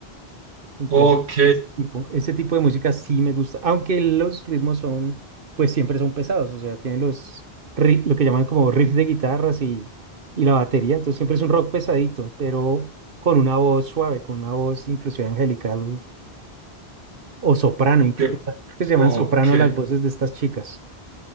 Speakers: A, on the right; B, on the right.
A: Entonces,
B: ok,
A: ese tipo, ese tipo de música sí me gusta, aunque los ritmos son, pues siempre son pesados, o sea, tienen los, ri- lo que llaman como riffs de guitarras y, y la batería, entonces siempre es un rock pesadito, pero con una voz suave, con una voz inclusive angelical o soprano, inclu-
B: que,
A: creo que se llaman
B: ok.
A: soprano las voces de estas chicas.